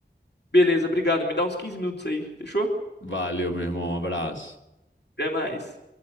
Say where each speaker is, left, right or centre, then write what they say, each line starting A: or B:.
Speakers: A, on the left; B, on the left.
A: Beleza, obrigado. Me dá uns 15 minutos aí, fechou?
B: Valeu, meu irmão. Um abraço.
A: Até mais.